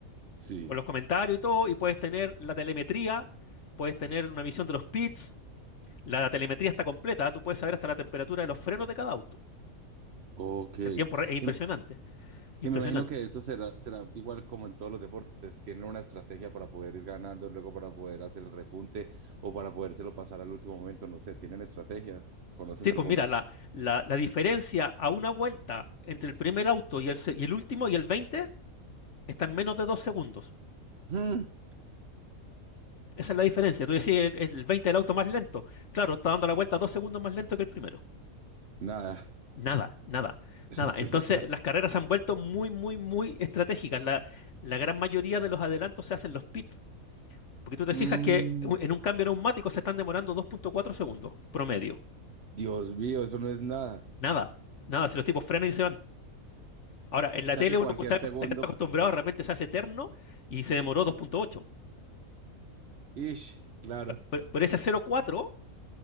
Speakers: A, on the right; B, on the left.
A: Sí.
B: con los comentarios y todo, y puedes tener la telemetría, puedes tener una visión de los pits. La telemetría está completa, tú puedes saber hasta la temperatura de los frenos de cada auto.
A: Ok.
B: En tiempo re- es impresionante,
A: Im-
B: impresionante.
A: Y me imagino que esto será, será igual como en todos los deportes. Tienen una estrategia para poder ir ganando, luego para poder hacer el repunte o para podérselo pasar al último momento. No sé, tienen estrategias. ¿Conoces
B: Sí,
A: algunas?
B: pues mira, la, la, la diferencia a una vuelta entre el primer auto y el, se- y el último y el 20 está en menos de dos segundos.
A: Mm,
B: Esa es la diferencia. Tú decís, el, el 20 del auto más lento. Claro, está dando la vuelta dos segundos más lento que el primero.
A: Nada.
B: Nada, nada,
A: <laughs>
B: nada. Entonces, las carreras se han vuelto muy, muy, muy estratégicas. La, la gran mayoría de los adelantos se hacen los pits. Porque tú te
A: Mm,
B: fijas que u- en un cambio neumático se están demorando dos punto cuatro segundos promedio.
A: Dios mío, eso no es nada.
B: Nada, nada. Si los tipos frenan y se van. Ahora, en
A: O
B: la
A: sea
B: tele
A: que
B: uno
A: cualquier
B: está
A: segundo,
B: está acostumbrado, de repente se hace eterno y se demoró
A: sí.
B: 2.8.
A: Ish, claro.
B: Pero, pero ese 0.4